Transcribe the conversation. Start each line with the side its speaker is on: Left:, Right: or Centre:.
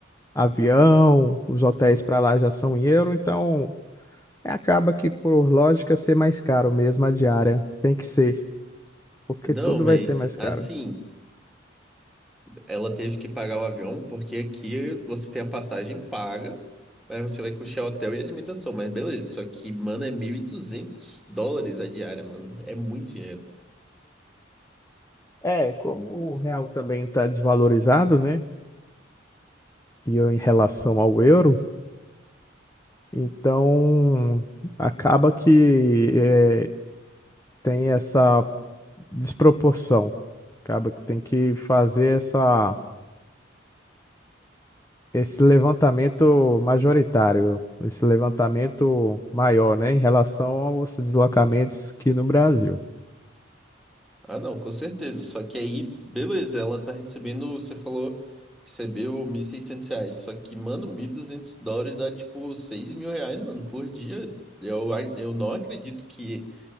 Left: avião, os hotéis para lá já são em euro, então acaba que por lógica ser mais caro mesmo a diária. Tem que ser. porque
Centre: Não,
Left: tudo
Centre: mas
Left: vai ser mais caro.
Centre: assim, ela teve que pagar o avião, porque aqui você tem a passagem paga, mas você vai custear hotel e alimentação, mas beleza. Só que, mano, é 1.200 dólares a diária, mano. É muito dinheiro.
Left: É, como o real também está desvalorizado, né? E eu em relação ao euro, então acaba que é, tem essa desproporção. Acaba que tem que fazer essa, esse levantamento majoritário, esse levantamento maior, né? Em relação aos deslocamentos aqui no Brasil.
Centre: Ah, não, com certeza. Só que aí, beleza, ela tá recebendo, você falou, recebeu 1.600 reais. Só que, mano, 1.200 dólares dá tipo seis mil reais, mano, por dia. Eu, a- eu não acredito que